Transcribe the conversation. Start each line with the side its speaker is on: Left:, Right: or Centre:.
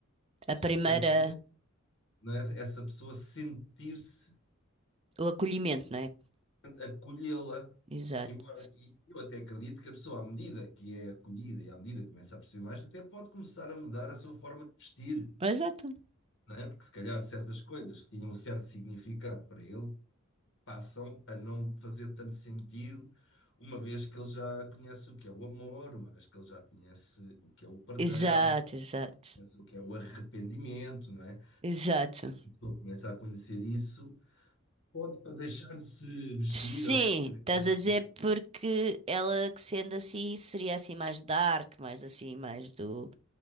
Right: A
Left: se
Right: primeira,
Left: fazer, não é? Essa pessoa sentir-se
Right: o acolhimento, não é?
Left: acolhê-la.
Right: Exato.
Left: Embora, e eu até acredito que a pessoa, à medida que é acolhida e à medida que começa a perceber mais, até pode começar a mudar a sua forma de vestir
Right: Exato.
Left: não é? Porque se calhar certas coisas que tinham um certo significado para ele passam a não fazer tanto sentido, uma vez que ele já conhece o que é o amor, uma vez que ele já conhece o que é o perdão,
Right: Exato, exato,
Left: conhece o que é o arrependimento, não é?
Right: exato.
Left: Quando começa a conhecer isso, pode para deixar de se vestir
Right: Sim,
Left: ou de ter aquela
Right: estás a
Left: atitude.
Right: dizer porque ela que sendo assim seria assim mais dark, mais assim, mais do